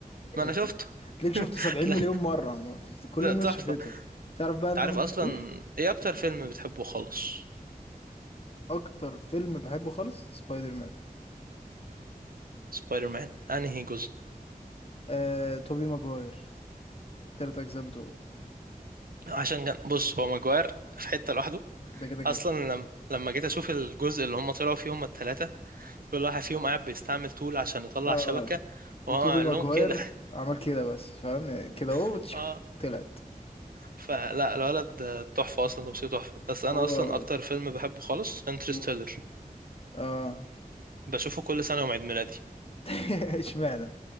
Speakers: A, on the right; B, on the left.
A: ما انا شفته
B: <laughs> هتلاقيك شفته
A: <laughs>
B: 70 مليون
A: ده
B: مرة ما في- كل
A: ده
B: الناس
A: تحفه
B: شافته تعرف بقى
A: انت
B: ان
A: عارف
B: انا ما
A: اصلا
B: شفتوش
A: ايه اكتر فيلم بتحبه خالص
B: اكتر فيلم بحبه خالص سبايدر مان
A: سبايدر مان انهي جزء
B: آه، توبي ماجواير تلات اجزاء بتوعه
A: عشان كان بص هو ماجواير في حتة لوحده
B: ده كده كده
A: اصلا لما لما جيت اشوف الجزء اللي هم طلعوا فيه هم الثلاثة كل واحد فيهم قاعد بيستعمل طول عشان يطلع
B: اه
A: شبكة
B: وتوبي
A: وهو عامل
B: ماجواير
A: لهم كده
B: عمل كده بس فاهم يعني كده اهو
A: <laughs>
B: وتشك-
A: اه
B: طلعت
A: فلا الولد تحفة اصلا تمثيله تحفة بس انا
B: هو
A: اصلا اكتر فيلم بحبه خالص انترستيلر
B: مم. اه
A: بشوفه كل سنة يوم عيد ميلادي
B: <laughs> اشمعنى